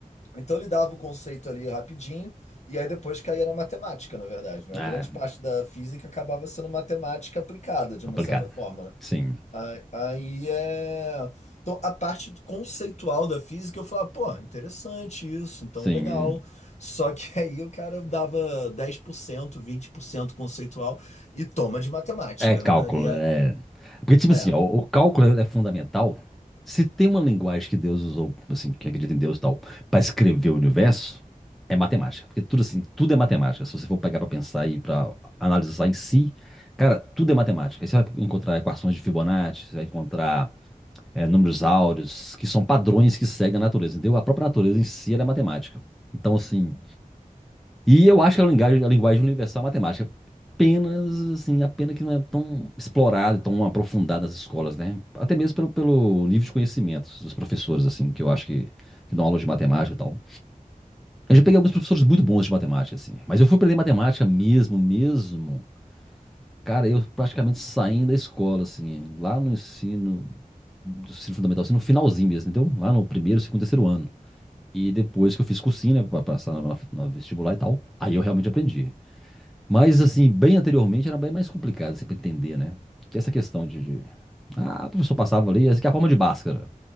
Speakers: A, on the left (about 50°); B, in the centre.
A: Então ele dava o conceito ali rapidinho, e aí depois caía na matemática, na verdade, né?
B: Ah,
A: A grande parte da física acabava sendo matemática aplicada, de
B: aplicada.
A: uma certa forma, né?
B: Sim,
A: Aí aí é. Então, a parte do- conceitual da física, eu falava, pô, interessante isso, então
B: sim.
A: legal. Só que <laughs> aí o cara dava dez por cento vinte por cento conceitual e toma de matemática,
B: É cálculo,
A: né? E é.
B: é. Porque, tipo
A: é.
B: assim, ó, o cálculo é é fundamental. Se tem uma linguagem que Deus usou, assim, que acredita em Deus e tal, para escrever o universo, é matemática. Porque tudo assim, tudo é matemática. Se você for pegar para pensar e para analisar em si, cara, tudo é matemática. Aí você vai encontrar equações de Fibonacci, você vai encontrar é, números áureos, que são padrões que seguem a natureza, entendeu? A própria natureza em si, ela é matemática. Então, assim, e eu acho que a linguagem, a linguagem universal é matemática. Apenas, assim, a pena que não é tão explorada, tão aprofundada nas escolas, né? Até mesmo pelo, pelo nível de conhecimento dos professores, assim, que eu acho que, que dão aula de matemática e tal. Eu já peguei alguns professores muito bons de matemática, assim. Mas eu fui aprender matemática mesmo, mesmo. Cara, eu praticamente saindo da escola, assim, lá no ensino, do ensino fundamental, assim, no finalzinho mesmo, entendeu? Lá no primeiro, segundo, terceiro ano. E depois que eu fiz cursinho, né, pra passar na na vestibular e tal, aí eu realmente aprendi. Mas, assim, bem anteriormente era bem mais complicado, assim, para entender, né? Que essa questão de, de- Ah, o professor passava ali, essa aqui é a forma de Bhaskara.